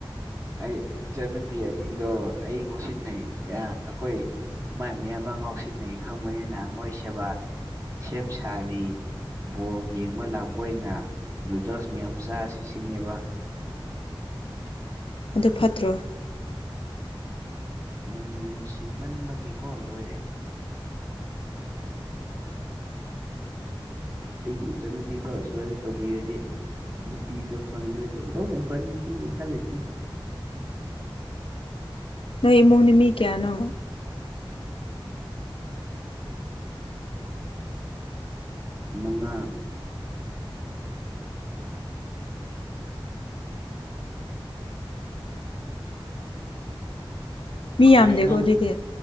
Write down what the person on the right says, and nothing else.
ꯑꯩ ꯏꯆꯟꯅꯨꯄꯤ ꯑꯅꯤꯗꯣ ꯑꯩ ꯉꯧꯁꯤꯟꯅꯩ ꯑꯩꯈꯣꯏ ꯃꯥꯏ ꯃꯌꯥꯝ ꯑꯃ ꯉꯥꯎꯁꯤꯟꯅꯉ ꯈꯪꯕꯅꯤꯅ ꯃꯣꯏ ꯁꯦꯕꯥ ꯁꯦꯝ ꯁꯥꯔꯤ ꯕꯣꯜ ꯌꯦꯡꯕ ꯂꯥꯛꯄ ꯑꯣꯏꯅ ꯔꯨꯗꯁ ꯃꯌꯥꯝꯆꯥ ꯑꯁꯤ ꯁꯤꯅꯦꯕ
ꯎꯝ ꯅꯨꯡꯁꯤꯃꯟꯕꯒꯤꯀꯣ ꯂꯣꯏꯔꯦ ꯑꯩꯒꯤ ꯏꯆꯟꯅꯨꯕꯤꯕꯨ ꯁꯨꯃꯥꯏꯅ ꯇꯧꯕꯤꯔꯗꯤ ꯅꯨꯄꯤꯗꯣ ꯐꯪꯉꯗꯤꯅ ꯐꯪꯅꯤꯁꯤꯅꯤ ꯈꯜꯂꯤꯁꯦ
ꯃꯉꯥ
ꯀꯩꯅꯣ ꯅꯪ